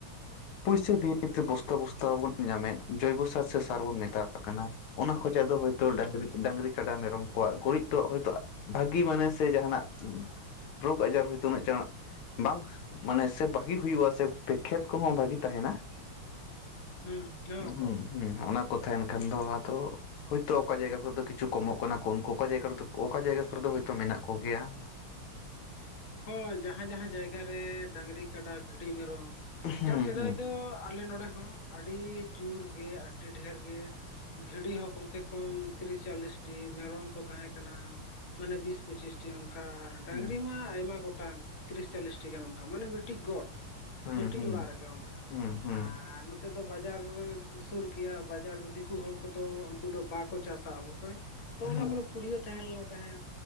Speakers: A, on the left; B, on the left.
A: ᱯᱩᱭᱥᱟᱹ ᱫᱤᱭᱮ ᱱᱮᱛᱮ ᱵᱚᱥᱛᱟ ᱵᱚᱥᱛᱟ ᱵᱚᱱ ᱧᱟᱢᱮᱫ ᱡᱚᱭᱵᱚ ᱥᱟᱨ ᱥᱮ ᱥᱟᱨ ᱵᱚᱱ ᱢᱮᱛᱟᱜ ᱠᱟᱱᱟ, ᱚᱱᱟ ᱠᱷᱚᱡᱟᱜ ᱫᱚ ᱦᱚᱭᱛᱚ
B: ᱦᱩᱸ
A: ᱰᱟᱝᱨᱤ ᱰᱟᱝᱨᱤ ᱠᱟᱰᱟ ᱢᱮᱨᱚᱢ ᱠᱚᱣᱟᱜ ᱜᱩᱨᱤᱡ ᱛᱚ ᱦᱳᱭᱛᱚ ᱵᱷᱟᱹᱜᱤ ᱢᱟᱱᱮ ᱥᱮ ᱡᱟᱦᱟᱱᱟᱜ ᱨᱳᱜᱽ ᱟᱡᱟᱨ ᱦᱚᱭᱛᱚ ᱩᱱᱟᱹᱜ ᱪᱟᱬᱟᱜ ᱵᱟᱝ ᱢᱟᱱᱮ ᱥᱮ ᱵᱷᱟᱜᱤ ᱦᱩᱭᱩᱜᱼᱟ ᱥᱮ ᱠᱷᱮᱛ ᱠᱚᱦᱚᱸ ᱵᱷᱟᱜᱤ ᱛᱟᱦᱮᱱᱟ ᱾
B: ᱦᱩᱸ ᱦᱚᱸ
A: ᱦᱩᱸ
B: ᱦᱚᱸ
A: ᱦᱩᱸ ᱚᱱᱟ ᱠᱚ ᱛᱟᱦᱮᱱ ᱠᱷᱟᱱ ᱫᱚ, ᱟᱫᱚ ᱦᱳᱭᱛᱚ ᱚᱠᱟ ᱡᱟᱭᱜᱟ ᱠᱚᱨᱮ ᱫᱚ ᱠᱤᱪᱷᱩ ᱠᱚᱢᱚᱜ ᱠᱟᱱᱟ ᱠᱚ ᱩᱱᱠᱩ ᱚᱠᱟ ᱡᱟᱭᱜᱟ ᱨᱮᱫᱚ ᱚᱠᱟ ᱡᱟᱭᱜᱟ ᱠᱚᱨᱮ ᱫᱚ ᱦᱚᱭᱛᱚ ᱢᱮᱱᱟᱜ ᱠᱚᱜᱮᱭᱟ ᱾
B: ᱦᱳᱭ ᱡᱟᱦᱟᱸ ᱡᱟᱦᱟᱸ ᱡᱟᱭᱜᱟ ᱨᱮ ᱰᱟᱝᱨᱤ, ᱠᱟᱰᱟ, ᱵᱷᱤᱰᱤ, ᱢᱮᱨᱚᱢ
A: ᱦᱩᱸ
B: ᱡᱟᱣ ᱥᱮᱫᱟᱭ
A: ᱦᱩᱸ
B: ᱫᱚ ᱟᱞᱮ ᱱᱚᱰᱮ ᱦᱚᱸ ᱟᱹᱰᱤ ᱡᱳᱨᱜᱮ ᱟᱹᱰᱤ ᱰᱷᱮᱨ ᱜᱮ ᱵᱷᱤᱰᱤ ᱦᱚᱸ ᱠᱚᱢ ᱥᱮ ᱠᱚᱢ ᱛᱤᱨᱤᱥ ᱪᱚᱞᱤᱥᱴᱤ ᱢᱮᱨᱚᱢ ᱠᱚ ᱛᱟᱦᱮᱸᱠᱟᱱᱟ ᱾ ᱢᱟᱱᱮ ᱵᱤᱥ ᱯᱚᱸᱪᱤᱥ ᱚᱱᱠᱟ ᱟᱨ ᱰᱟᱝᱨᱤ
A: ᱦᱩᱸ
B: ᱢᱟ ᱟᱭᱢᱟ ᱜᱚᱴᱟᱝ ᱛᱤᱨᱤᱥ ᱪᱟᱞᱞᱤᱥᱴᱤ ᱜᱟᱱ ᱚᱱᱠᱟ ᱢᱟᱱᱮ ᱢᱤᱫᱴᱤᱡ ᱜᱚᱴ ᱾
A: ᱦᱩᱸ
B: ᱢᱤᱫᱴᱤᱡ
A: ᱦᱩᱸ
B: ᱚᱲᱟᱜ ᱨᱮᱜᱮ ᱚᱱᱠᱟ
A: ᱦᱩᱸ ᱦᱩᱸ ᱦᱩᱸ
B: ᱟᱨ ᱚᱱᱛᱮ ᱫᱚ ᱵᱟᱡᱟᱨ ᱥᱩᱨ ᱜᱮᱭᱟ ᱵᱟᱡᱟᱨ ᱫᱤᱠᱩ ᱦᱚᱲ ᱠᱚᱫᱚ ᱩᱱᱠᱩ ᱫᱚ ᱵᱟᱠᱚ ᱪᱟᱥᱟ ᱚᱵᱚᱥᱥᱳᱭ ᱾ ᱛᱚ
A: ᱦᱩᱸ
B: ᱚᱱᱟ ᱠᱚᱨᱮ ᱯᱩᱲᱭᱟᱹ ᱛᱟᱦᱮᱸ ᱞᱮᱱᱟ ᱛᱟᱦᱮᱸᱫ